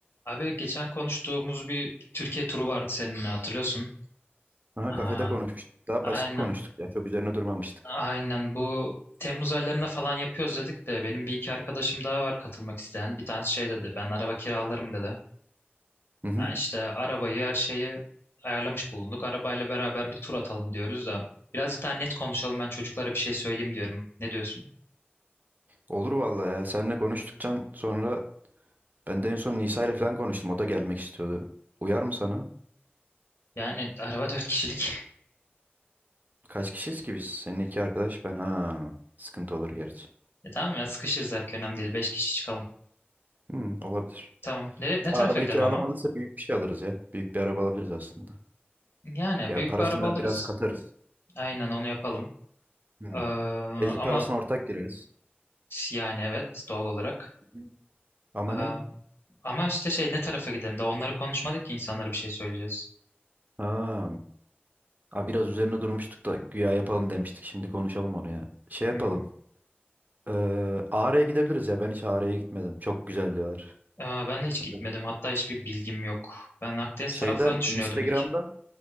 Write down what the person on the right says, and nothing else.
Aha
kafede konuşmuştuk. Daha
basit konuştuk ya. Çok üzerine durmamıştık.
Hı hı.
Olur vallahi ya. Seninle konuştuktan sonra ben de en son Nisa ile falan konuştum. O da gelmek istiyordu. Uyar mı sana?
Kaç kişiyiz ki biz? Senin iki arkadaş ben ha. Sıkıntı olur gerçi.
Hı, olabilir.
Daha arabayı
kiralamadıysa
büyük bir şey alırız ya. Büyük bir araba alabiliriz aslında.
Yani
parasını
biraz katarız.
Hı.
Benzin
parasına ortak gireriz.
Hı hı. Ama
ne?
Ha. Aa, biraz üzerine durmuştuk da güya yapalım demiştik. Şimdi konuşalım onu ya. Şey yapalım.
Ee, Ağrı'ya gidebiliriz ya. Ben hiç Ağrı'ya gitmedim. Çok güzel diyorlar.
Evet.
Şeyden
Instagram'dan